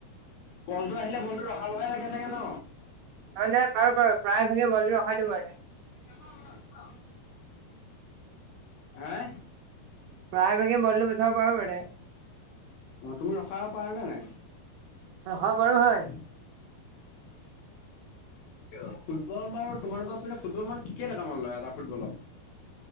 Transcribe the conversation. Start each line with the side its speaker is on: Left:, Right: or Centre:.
Left: বলটো আহিলে বলটো ৰখা বহে লাগে চাগে ন?
Right: হয় নাই বাৰু বাৰু প্ৰায় ভাগে বলটো ৰখাই দিব এনে
Left: <inaudible> হে?
Right: প্ৰায় ভাগে বলটো গোচাব পাৰ মানে
Left: অ তুমি ৰখাব পাৰা নে নাই?
Right: হয়
Left: অঁ
Right: বাৰু
Left: পাৰো হয়।
Right: <inaudible>
Left: ফুটবল বাৰু তোমালোকৰ পিনে ফুটবল মান কি কেই টকামান লয় এটা ফুটবলত?